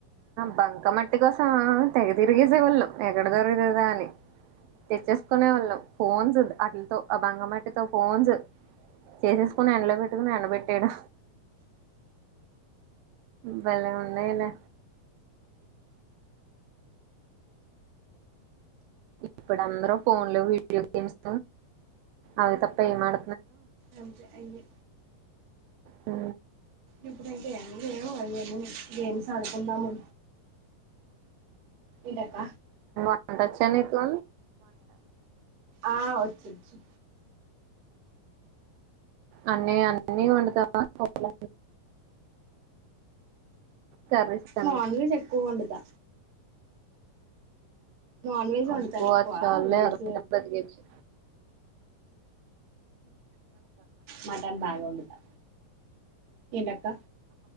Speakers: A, on the right (about 85°); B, on the right (about 55°).
A: బంక మట్టి వటి కోసం తెగ తిరిగేసేవాళ్ళు ఎక్కడ దొర కదా అని తెచ్చేసుకునే వాళ్ళం ఫోన్స్ ఉ అటిలతో ఆ భంగమ ఫోన్స్ చేసేసుకుని ఎండలో పెట్టుకుని ఎండబెట్టాడు భలే వున్నాయిలే ఇప్పుడు అందరు ఫోన్లు వీడియో గేమ్స్ అవి తప్ప ఏమాడ
B: అంతే అయ్యే
A: ఆ
B: ఇప్పుడు ఇంకా ఎన్ని లేవు అది ఏమ గేమ్స్ ఆడుకున్నాము ఎంటక్క
A: వంట వచ్చా నీకు
B: ఆ వచ్చు వచ్చు
A: అన్నీ అన్ని వండుతావా కోల కర్రీస్ అన్ని
B: నాన్ వెజ్ వండుతా నాన్ వెజ వండుతాను
A: అబ్బో
B: ఎక్కువ
A: అది చాలులే
B: వెజ
A: అరగంట బతికేయొచ్చు
B: మాటన్ బాగా వండుతా ఏంటక్క